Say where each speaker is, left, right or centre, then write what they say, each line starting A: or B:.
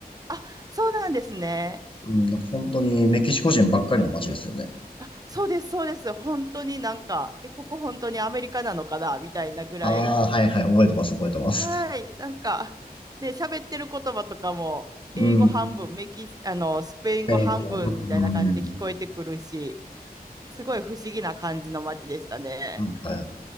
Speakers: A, on the right (about 25°); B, on the left (about 35°).
A: あ、そうなんですね。
B: うん、本当にメキシコ人ばっかりの街ですよね。
A: あ、そうです、そうです。本当になんか、え、ここ本当にアメリカなのかなみたいなぐらい。
B: ああ、はいはい。覚えてます、覚えてます。
A: はい。なんか、ね、喋ってる言葉とかも、
B: うん。
A: 英語半分、メキシ、あの、スペイン語半分みたいな感じで聞こえてくるし、
B: えー、うん。
A: すごい不思議な感じの街でしたね。
B: うんは